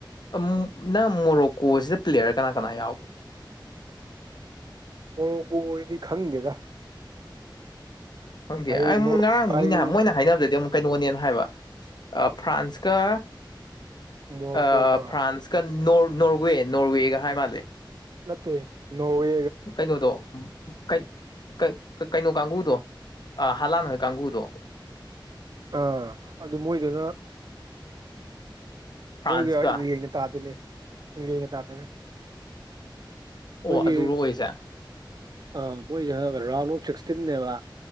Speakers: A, on the left; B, on the right.
A: ꯎꯝ ꯅꯪ ꯃꯣꯔꯣꯛꯀꯣꯁꯤꯗ ꯄ꯭ꯂꯦꯌꯔ ꯀꯅꯥ ꯀꯅꯥ ꯌꯥꯎꯒꯦ
B: ꯃꯣꯔꯣꯀꯣꯒꯤꯗꯤ ꯈꯪꯗꯦꯗ
A: ꯈꯪꯗꯦ
B: ꯍꯥꯏꯗꯤ
A: ꯑꯩ
B: ꯃꯣꯔꯣꯛꯀ
A: ꯉꯔꯥꯡ
B: ꯑꯩ
A: ꯃꯤꯅ ꯃꯣꯏꯅ ꯍꯥꯏꯅꯕꯗꯗꯤ ꯑꯃꯨꯛ ꯀꯩꯅꯣꯅꯦꯅ ꯍꯥꯏꯕ ꯑ ꯐ꯭ꯔꯥꯟꯁꯀ
B: ꯃꯣꯔꯣꯛꯀꯣꯒ
A: ꯑ ꯐ꯭ꯔꯥꯟꯁ ꯀ ꯅꯣꯔ ꯅꯣꯔꯋꯦ ꯅꯣꯔꯋꯦꯒ ꯍꯥꯏ ꯃꯥꯜꯂꯦ
B: ꯅꯠꯇꯦ ꯅꯣꯔꯋꯦ
A: ꯀꯩꯅꯣꯗꯣ ꯎꯝ ꯀꯩꯟ ꯀꯩꯟ ꯀꯩꯅꯣ ꯀꯥꯡꯒꯨꯗꯣ ꯑꯥ ꯍꯂꯥꯟ ꯍꯣꯏ ꯀꯥꯡꯒꯨꯗꯣ
B: ꯑꯥ ꯑꯗꯨ ꯃꯣꯏꯗꯨꯅ
A: ꯐ꯭ꯔꯥꯟꯁꯀ
B: ꯃꯣꯏꯒ ꯏꯪꯂꯦꯟꯒ ꯇꯥꯗꯨꯏꯅꯦ ꯏꯪꯂꯦꯟꯒ ꯇꯥꯗꯨꯏꯅꯦ
A: ꯑꯣ
B: ꯃꯣꯏꯒꯤ
A: ꯑꯗꯨꯔꯣ ꯑꯣꯏꯁꯦ
B: ꯑ ꯃꯣꯏꯒꯤ ꯍꯥꯏꯕ ꯔꯥꯎꯟ ꯑꯣꯐ ꯁꯤꯛꯁꯇꯤꯟꯅꯦꯕ